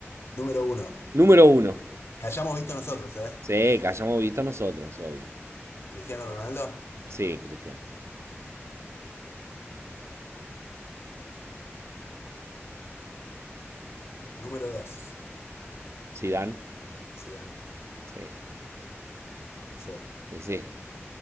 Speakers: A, on the left; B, on the right.
A: número uno.
B: Número uno.
A: Que hayamos visto nosotros, ¿eh?
B: Sí, que hayamos visto nosotros, obvio.
A: Cristiano Ronaldo.
B: Sí, Cristiano.
A: Número dos.
B: Zidane.
A: Sian,
B: Sí.
A: sí.
B: Y Sí.